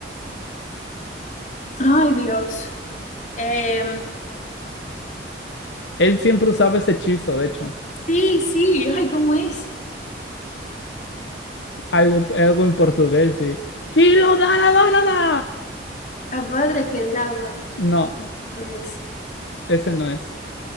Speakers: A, on the left (about 40°); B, on the left (about 80°).
A: Ay, Dios. Em,
B: Él siempre usaba ese hechizo, de hecho.
A: sí, sí, ay, ¿cómo es?
B: Algo, algo en portugués de Filo da la da, da, da".
A: Abhadra Kedrava.
B: No,
A: Entonces,
B: ese no es.